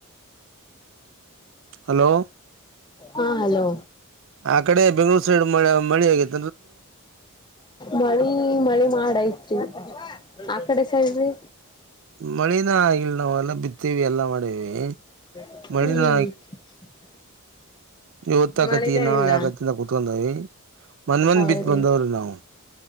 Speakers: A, on the right; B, on the left.
A: ಹಲೋ
B: ಹಾ ಹಲೋ.
A: ಆ ಕಡೆ ಬೆಂಗ್ಳೂರು ಸೈಡ್ ಮ ಮಳಿ ಆಗತ್
B: ಮಳಿ ಮಳಿ ಮಾಡ ಮಾಡ್ಐತ್ರಿ ಆ ಕಡೆ ಸೈಡ್ರೀ.
A: ಮಳಿನ ಆಗಿಲ್ ನಾವ ಎಲ್ಲಾ ಬಿತ್ತೀವಿ ಎಲ್ಲಾ ಮಾಡೀವಿ.
B: ಹ್ಮ್
A: ಮಳಿನ ಹೊತ್ತ ಆಕತಿ
B: ಮಳಿನೇ
A: ನಾಳೆ
B: ಇಲ್ಲ
A: ಆಕತಿಂದ ಕುೂತ್ಕೊಂಡಾವಿ. ಮನ್ಮಂದ
B: ಹೌದ್ರಿ
A: ಬಿತ್ ಬಂದವ್ರಿ ನಾವವು